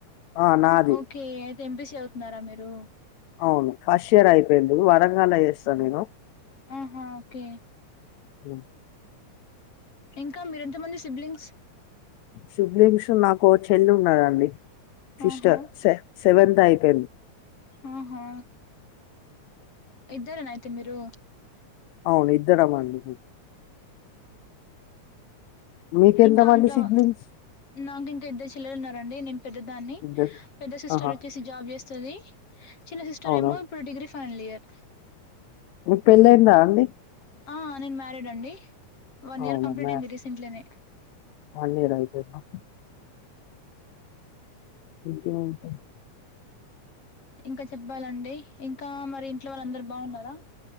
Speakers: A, on the left; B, on the left.
A: ఆ నాది
B: ఓకే అయితే ఏం. పి. సి చదువుతున్నారా మీరు
A: అవును ఫస్ట్ ఇయర్ అయిపోయింది వరంగల్లో చేేస్తా నేను
B: ఆహా ఓకే
A: మ్మ్
B: ఇంకా మీరెంతమంది సిబ్లింగ్స్
A: సిబ్లింగ్స్ నాకో చెల్ ఉన్నదండి సిస్టర్
B: ఆహా
A: స సెవెంత్ అయి పయింది
B: ఆహా ఇద్దరేనా అయితే మీరు
A: అవును ఇద్దరమండి మీకెంతమంది
B: ఇంకా అందులో
A: సిబ్లింగ్స్
B: నాకు ఇంకా ఇద్దరు చెల్లెలు ఉన్నారండి నేను పెద్ద దాన్ని
A: ఇద్దరు
B: పెద్ద సిస్టర్
A: ఆహా
B: వచ్చేసి జాబ్ చేస్తది చిన్న సిస్టర్
A: అవునా
B: ఏమో ఇప్పుడు డిగ్రీ ఫైనల్ ఇయర్
A: మీకు పెళ్ళైంద అండి
B: ఆ నేను మ్యారీడ్ అండి వన్ ఇయర్
A: అవునా
B: కంప్లీట్
A: మ్యా
B: అయింది రీసెంట్లీనే
A: వన్ ఇయర్ అయిపోయిందా ఇంకేం అయితే
B: ఇంకా చెప్పాలండి ఇంకా మరి ఇంట్లో వాళ్ళు అందరు బాగున్నారా